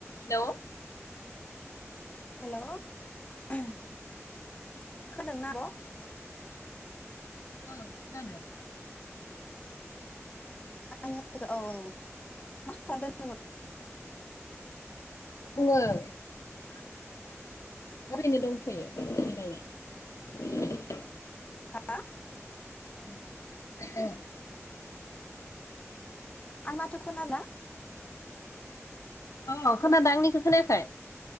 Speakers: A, on the left; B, on the left.
A: हेल'
B: हेल' खोदोंना आब'? <inaudible>
A: ओं खोनादों
B: <unintelligible> औ औ मा खालामदों <unintelligible>
A: <unintelligible> ओरैनो दों <unintelligible>
B: हा
A: <unintelligible>
B: आंनाथ' खोना
A: औ खोनादों आंनिखौ खोनायाखै।